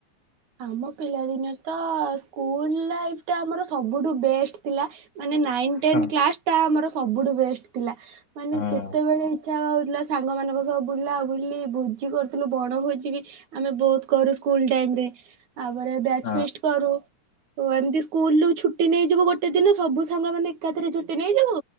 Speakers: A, on the right; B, on the left.
A: ଆମ ପିଲାଦିନ ତ ସ୍କୁଲ ଲାଇଫ ଟା ଆମର ସବୁଠୁ ବେଷ୍ଟ ଥିଲା ମାନେ ନାଇନ ଟେନ
B: ହଁ
A: କ୍ଲାସ ଟା ଆମର ସବୁଠୁ ବେଷ୍ଟ ଥିଲା, ମାନେ
B: ହଁ
A: ଯେତେବେଳେ ଇଛା ହଉ ଥିଲା ସାଙ୍ଗମାନଙ୍କ ସହବ ବୁଲା ବୁଲି ଭୋଜି କରୁଥିଲୁ ବଣଭୋଜି ବି ଆମେ ବହୁତ କରୁ ସ୍କୁଲ ଟାଇମ ରେ ତାପରେ ବ୍ୟାଚ
B: ହଁ
A: ଫିଷ୍ଟ କରୁ ଓ ଏମିତି ସ୍କୁଲୁ ଛୁଟି ନେଇଯିବୁ ଗୋଟେ ଦିନ ସବୁ ସାଙ୍ଗ ମାନେ ଏକାଥରେ ଛୁଟି ନେଇଯିବୁ